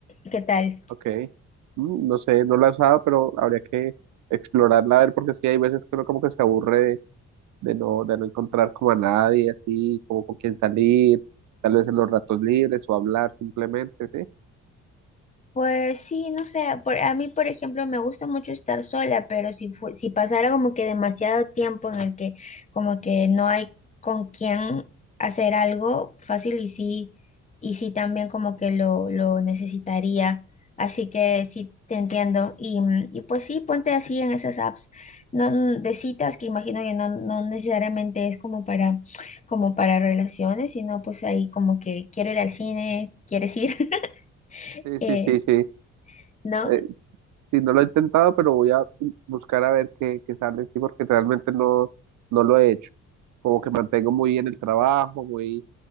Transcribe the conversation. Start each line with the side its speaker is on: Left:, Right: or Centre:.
Left: ¿Qué tal?
Right: Ok. Mm, No sé, no la he usado, pero habría que explorarla a ver, porque sí, hay veces que uno como que se aburre de, de no, de no encontrar como a nadie, así, como con quién salir, tal vez en los ratos libres o hablar simplemente, ¿sí?
Left: Pues sí, no sé, por- a mí por ejemplo me gusta mucho estar sola, pero si, fu- si pasara como que demasiado tiempo en el que como que no hay con quién hacer algo fácil y sí, y sí también como que lo, lo necesitaría, así que sí te entiendo y, mm, y pues sí, ponte así en esas apps no, mm, de citas que imagino que no, no necesariamente es como para, como para relaciones, sino pues ahí como que quiero ir al cine, ¿quieres ir? <laughs>
Right: Sí,
Left: Eh,
Right: sí, sí, sí.
Left: ¿no?
Right: Eh, Sí, no lo he intentado, pero voy a buscar a ver qué, qué sale, sí, porque realmente no, no lo he hecho. Como que mantengo muy bien el trabajo, muy